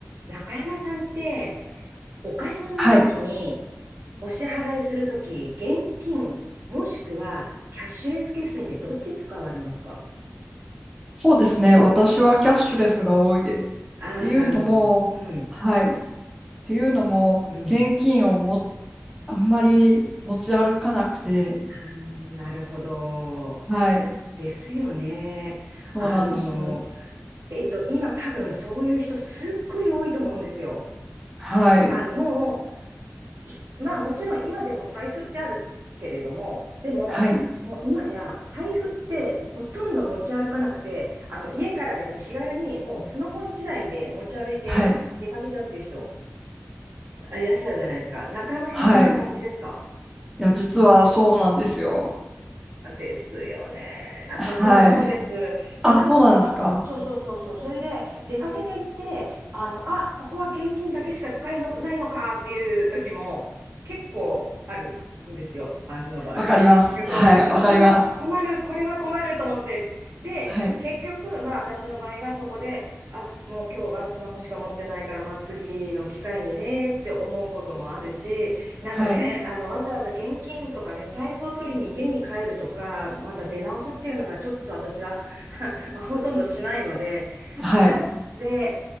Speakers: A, on the right; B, in the centre.
A: 中山さんって、お買い物の時に、
B: はい。
A: お支払いする時、現金、もしくはキャッシュレス決済ってどっち使われますか
B: そうですね。私はキャッシュレスが多いです。
A: ああー、
B: っていうのも、
A: なるほど。うん、
B: はい。っていうのも、
A: うん。
B: 現金をも、あんまり持ち歩かなくて、
A: あーなるほど。
B: はい。
A: ですよね。
B: そうなんです。
A: あの、えっと、今多分そういう人すっごい多いと思うんですよ。
B: はい。
A: あの、もうひまあもちろん今でも財布ってあるけれども、でも、
B: はい。
A: もう今や財布ってほとんど持ち歩かなくて、あの家からでも気軽にもうスマホ一台で持ち歩いて出かけちゃうっていう人
B: はい。
A: いらっしゃるじゃないですか。中山さんもそんな感じですか
B: はい。いや、実はそうなんですよ。
A: ですよね。私もそうです。
B: はい。
A: で、
B: あ、
A: なんか、
B: そうなんですか。
A: そうそうそうそう。それで、出かけていって、あの、あ、ここは現金だけしか使えのないのかっていう時も結構あるんですよ。私の場合。
B: わかります。
A: <laughs>
B: はい。
A: そう、
B: わかります。
A: 困、困る、これは困ると思って。で、
B: はい。
A: 結局、まあ私の場合はそこで、あ、もう今日はスマホしか持ってないから、まあ次の機会にねって思うこともあるし、なんかね、
B: はい。
A: あの、わざわざ現金とかね、財布を取りに家に帰るとか、また出直すっていうのがちょっと私は <laughs> まあ、ほとんどしないので、
B: はい。
A: だで、